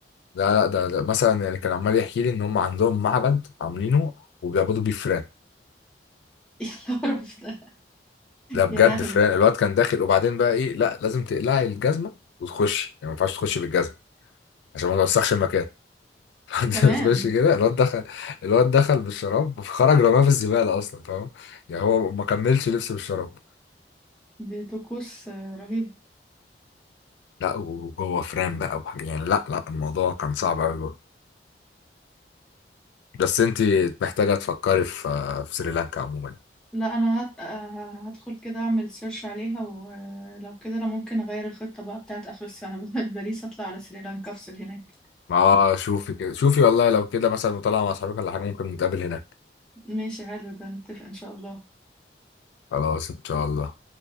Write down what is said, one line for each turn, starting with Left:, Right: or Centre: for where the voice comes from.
Left: لا لا ده, ده مثلا يعني كان عمال يحكي لي ان هم عندهم معبد عاملينه وبيعبدوا بيه فئران
Centre: إيه القرف ده
Left: ده بجد
Centre: يا لهوي
Left: فئران الواد كان داخل وبعدين بقى ايه لا لازم تقلعي الجزمه وتخش يعني ما ينفعش تخش بالجزمه عشان ما توسخش المكان <laughs>
Centre: كمان
Left: تخش كده الواد دخل الواد دخل بالشراب وخرج رماه في الزباله اصلا فاهم يعني هو ما كملش لبسه بالشراب
Centre: دي طقوس آه، رهيب
Left: لا وجوه فريم بقى وحاجة يعني لا لا الموضوع كان صعب قوي بس انت محتاجة تفكري في في سريلانكا عموما
Centre: لا انا هت... آه، هدخل كده اعمل سيرش عليها ولو كده انا ممكن اغير الخطة بقى بتاعت اخر السنة <laughs> بدل باريس اطلع على سريلانكا افصل هناك
Left: ما شوفي كده شوفي والله لو كده مثلا وطالعة مع اصحابك ولا حاجة ممكن نتقابل هناك
Centre: ماشي حلو ده نتفق ان شاء الله
Left: خلاص ان شاء الله